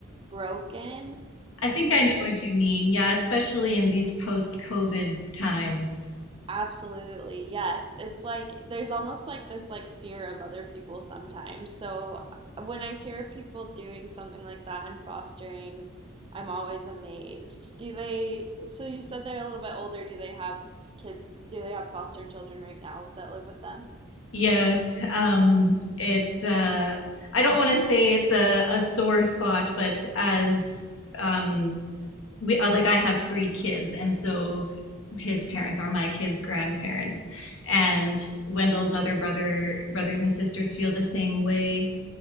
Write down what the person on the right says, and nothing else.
broken uh,
Absolutely. Yes. It's like there's almost like this like fear of other people sometimes. So uh, when I hear people doing something like that and fostering, I'm always amazed. Do they, so you said they're a little bit older. Do they have kids? Do they have foster children right now that live with them?